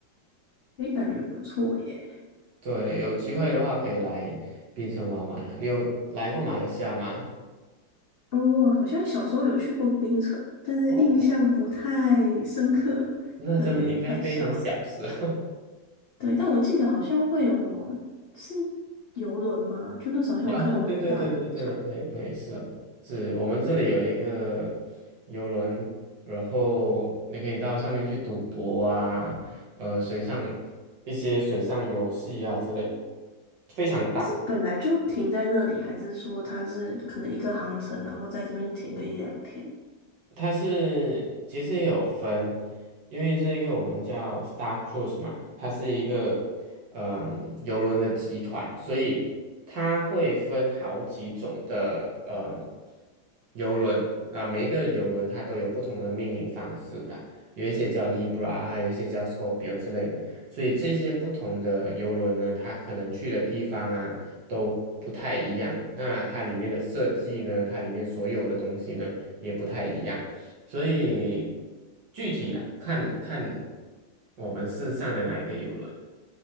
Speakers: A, on the left; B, on the right.
A: 诶，感觉不错耶。
B: 对，有机会的话可以来槟城玩玩啊。你有来过马来西亚吗？
A: 哦，好像小时候有去过冰城，但是印象不太
B: 哦，
A: 深刻，
B: 那真的应嗯该非常小时候。
A: 就可能有点太小了。对，但我记得好像会有什么是游轮吗？就那时候好像有看到蛮大的船，
B: <laughs> 哦，对对对对对对对，是是，我们这里有一个游轮，然后你可以到上面去赌博啊，呃，水上一些水上游戏啊之类的，非常大。
A: 但是本来就停在那里，还是说它是可能一个航程，然后在这边停个一两天？
B: 它是其实也有分，因为这一个我们叫 Star Cruise 嘛，它是一个嗯邮轮的集团，所以它会分好几种的嗯邮轮，那每一个邮轮它都有不同的命名方式啦，有一些叫 Libra 啊，还有一些叫 Scorpio 之类的，所以这些不同的邮轮呢，它可能去的地方啊都不太一样，那它里面的设计呢，它里面所有的东西呢也不太一样。所以具体啦，看看我们是上的哪一个游轮。